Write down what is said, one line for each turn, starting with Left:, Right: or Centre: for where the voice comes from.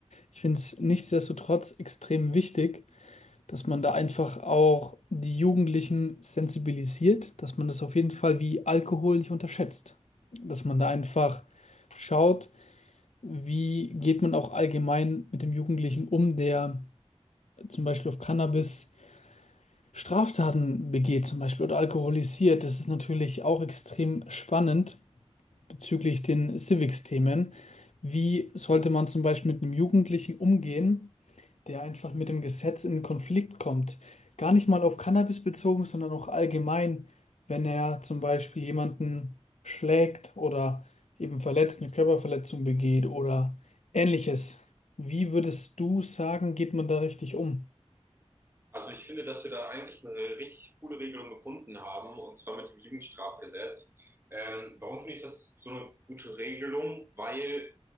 Left: Ich finde es nichtsdestotrotz extrem wichtig, dass man da einfach auch die Jugendlichen sensibilisiert, dass man das auf jeden Fall wie Alkohol nicht unterschätzt. Dass man da einfach schaut, wie geht man auch allgemein mit dem Jugendlichen um, der zum Beispiel auf Cannabis Straftaten begeht, zum Beispiel oder alkoholisiert. Das ist natürlich auch extrem spannend bezüglich den Civics-Themen. Wie sollte man zum Beispiel mit einem Jugendlichen umgehen, der einfach mit dem Gesetz in Konflikt kommt. Gar nicht mal auf Cannabis bezogen, sondern auch allgemein, wenn er zum Beispiel jemanden schlägt oder eben verletzt, eine Körperverletzung begeht oder ähnliches. Wie würdest du sagen, geht man da richtig um?
Right: Also ich finde, dass wir da eigentlich eine richtig coole Regelung gefunden haben, und zwar mit dem Jugendstrafgesetz. Ähm, warum finde ich das so eine gute Regelung? Weil